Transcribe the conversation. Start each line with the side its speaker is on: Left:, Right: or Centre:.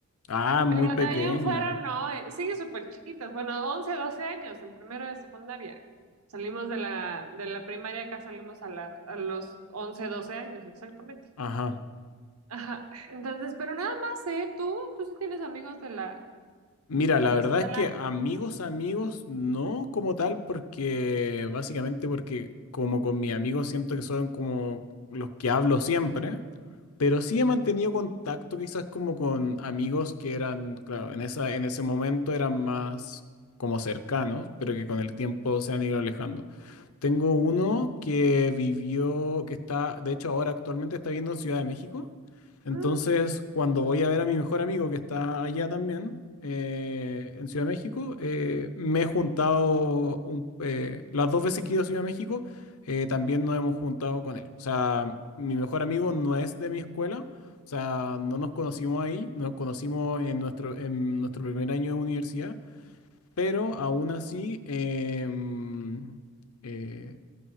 Left: Ah, muy
Right: Pero
Left: pequeña.
Right: de ahí en fuera no, eh, sigue súper chiquitas. Bueno, 11, 12 años en primero de secundaria. Salimos de la, de la primaria, acá salimos a, la, a los 11, 12 años, exactamente.
Left: Ajá.
Right: Ajá, entonces, pero nada más, ¿eh? ¿Tú? ¿Tú sí tienes amigos de la,
Left: Mira,
Right: de
Left: la
Right: la
Left: verdad
Right: escuela?
Left: es que amigos, amigos, no como tal, porque básicamente porque como con mis amigos siento que son como los que hablo siempre, pero sí he mantenido contacto quizás como con amigos que eran, claro, en esa, en ese momento eran más como cercanos, pero que con el tiempo se han ido alejando. Tengo uno que vivió, que está, de hecho ahora actualmente está viviendo en Ciudad de México. Entonces,
Right: Mm,
Left: cuando voy a ver a mi mejor amigo que está allá también, eh, en Ciudad de México, eh, me he juntado un- eh, las dos veces que he ido a Ciudad de México, eh, también nos hemos juntado con él. O sea, mi mejor amigo no es de mi escuela, o sea, no nos conocimos ahí, nos conocimos en nuestro, en nuestro primer año de universidad, pero aún así... em, eh,